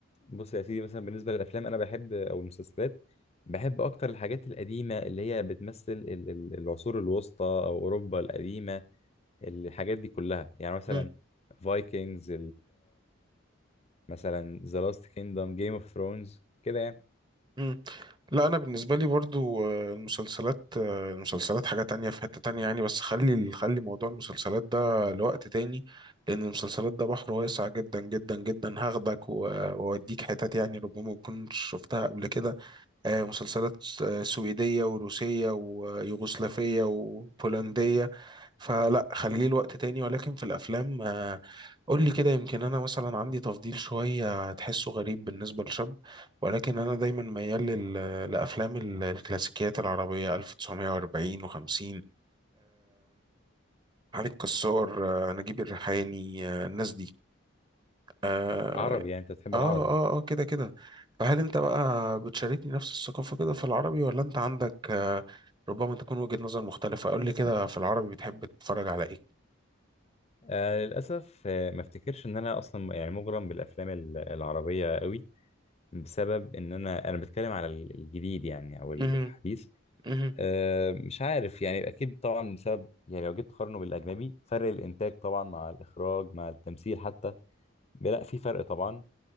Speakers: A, on the left; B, on the right.
A: بص يا سيدي مثلا بالنسبة للأفلام أنا بحب أو المسلسلات بحب أكتر الحاجات القديمة اللي هي بتمثل ال- ال- العصور الوسطى أو أوروبا القديمة الحاجات دي كلها يعني مثلا
B: مم.
A: فايكنجز مثلا ذا لاست كيندم جيم اوف ثرونز كده يعني
B: مم. لا انا بالنسبه لي برضو آه، المسلسلات آه، المسلسلات حاجه تانية في حته تانية يعني بس خلي خلي موضوع المسلسلات ده لوقت تاني لان المسلسلات ده بحر واسع جدا جدا جدا هاخدك و- واوديك حتت يعني ربما ما تكونش شفتها قبل كده آه، مسلسلات آه، سويدية وروسية ويوغوسلافية وبولندية فلا خليه الوقت تاني ولكن في الأفلام آه، قول لي كده يمكن أنا مثلا عندي تفضيل شوية تحسه غريب بالنسبة لشاب ولكن أنا دايما ميال لل- لأفلام ال- الكلاسيكيات العربية 1940 و50 علي الكسار آه، نجيب الريحاني آه، الناس دي آه،
A: عربي يعني أنت بتحب
B: اه
A: العربي
B: اه اه كده كده فهل انت بقى بتشاركني نفس الثقافة كده في العربي ولا انت عندك آه، ربما تكون وجهة نظر مختلفة قول لي كده في العربي بتحب تتفرج على ايه
A: آه للأسف آه ما افتكرش إن أنا أصلا يعني مغرم بالأفلام ال- العربية قوي بسبب إن أنا أنا بتكلم على ال- الجديد يعني أو الحديث
B: مهم، مهم،
A: أه مش عارف يعني اكيد طبعا بسبب يعني لو جيت تقارنه بالاجنبي فرق الانتاج طبعا مع الاخراج مع التمثيل حتى لا في فرق طبعا